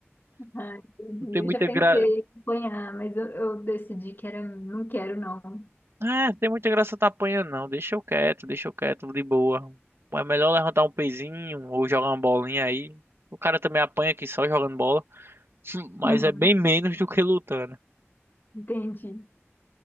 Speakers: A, on the left; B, on the right.
A: Ah, entendi.
B: Não tem muita
A: Eu já pensei
B: gra...
A: em acompanhar, mas eu, eu decidi que era, não quero, não.
B: É, tem muita graça tá apanhando, não. Deixa eu quieto, deixa eu quieto, de boa. É melhor levantar um pezinho ou jogar uma bolinha aí. O cara também apanha aqui só jogando bola, <laughs> mas
A: Uhum,
B: é bem menos do que lutando.
A: entendi.